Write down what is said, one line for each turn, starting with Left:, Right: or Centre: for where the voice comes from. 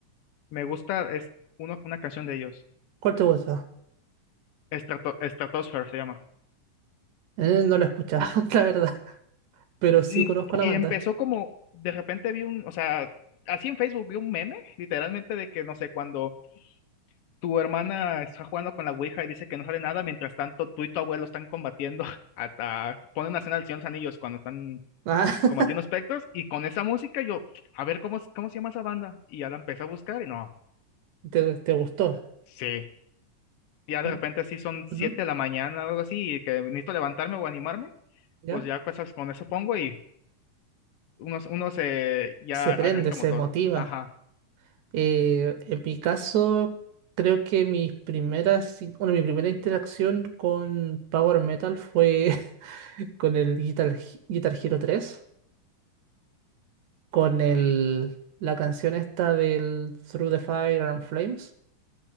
Left: Me gusta, es uno, una canción de ellos.
Right: ¿Cuál te gusta?
Left: Strato, Stratosphere se llama.
Right: Eh, no la he escuchado, <laughs> la verdad, pero sí
Left: Mm,
Right: conozco a la
Left: Y
Right: banda.
Left: empezó como, de repente vi un, o sea, así en Facebook vi un meme, literalmente, de que no sé, cuando tu hermana está jugando con la Ouija y dice que no sale nada, mientras tanto tú y tu abuelo están combatiendo, <laughs> hasta ponen una escena del Señor de los Anillos cuando están
Right: Ah, <laughs>
Left: combatiendo espectros, y con esa música yo, a ver, ¿cómo, es- cómo se llama esa banda? Y ya la empecé a buscar y no,
Right: te, te gustó.
Left: sí, ya de
Right: Mm,
Left: repente así son siete
Right: ujú,
Left: de la mañana o algo así, y que necesito levantarme o animarme,
Right: ¿Ya?
Left: pues ya cosas con eso pongo y unos, unos eh, ya
Right: Se prende,
Left: arranca
Right: se
Left: motor,
Right: motiva.
Left: ajá,
Right: Eh, en mi caso, creo que mis primeras, in- bueno, mi primera interacción con Power Metal fue con el Guitar, Guitar Hero 3, con el,
Left: mm,
Right: la canción esta del Through the Fire and Flames.